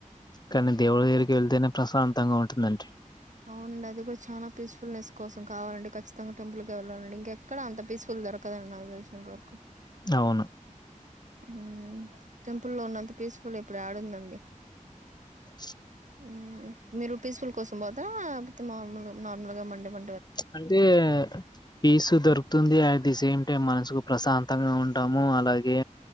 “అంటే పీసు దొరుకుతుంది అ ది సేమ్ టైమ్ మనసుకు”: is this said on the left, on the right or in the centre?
Left